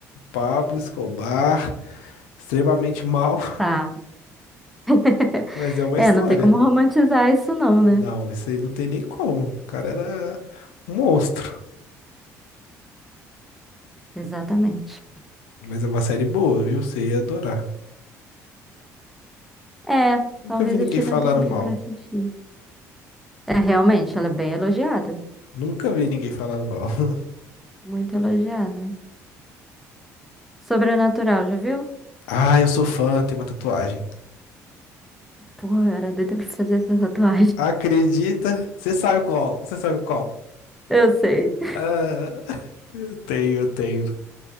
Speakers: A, on the left (about 80°); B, in the centre.
A: Pablo Escobar, extremamente mal,
B: Tá. <laughs>
A: <laughs> mas é uma
B: É,
A: história.
B: não tem como romantizar isso, não, né?
A: Não, isso aí não tem nem como. O cara era um monstro.
B: Exatamente.
A: Mas é uma série boa, viu? Você ia adorar.
B: É,
A: Nunca
B: talvez
A: vi ninguém
B: eu tire
A: falando
B: um tempinho
A: mal.
B: pra assistir. É, realmente, ela é bem elogiada.
A: Nunca vi ninguém falando mal. <laughs>
B: Muito elogiada. Sobrenatural, já viu?
A: Ah, eu sou fã, tem uma tatuagem.
B: Pô, eu era doida pra fazer essa tatuagem.
A: Acredita? Você sabe qual? Você sabe qual?
B: Eu sei.
A: Ah, <laughs> eu tenho, eu tenho.